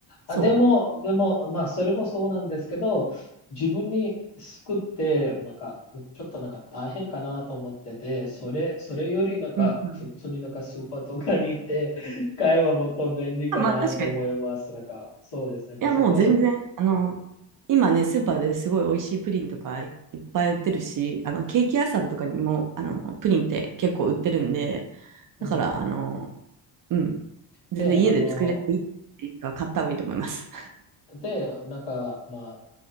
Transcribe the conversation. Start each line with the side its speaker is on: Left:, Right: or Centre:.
Left: あ、
Right: そ
Left: でも、でも、まあ、それもそうなんですけど、自分に救って、なんか、ちょっとなんか大変かなと思ってて、それ、それよりなんか、
Right: う。うんうん。
Left: 普通になんかスーパーとかに行って、<laughs> 買えばもっと便利かなと思います。
Right: あまあ確かに。い
Left: なんか、そうですね。で、
Right: や、
Left: そこの、
Right: もう全然、あの、今ね、スーパーですごい美味しいプリンとかいっぱい売ってるし、あの、ケーキ屋さんとかにも、あの、プリンって結構売ってるんで、だから、
Left: うん。
Right: あの、うん、全然家で作れていいっていう人は買った方がいいと思います。
Left: で、あの、で、なんか、まあ、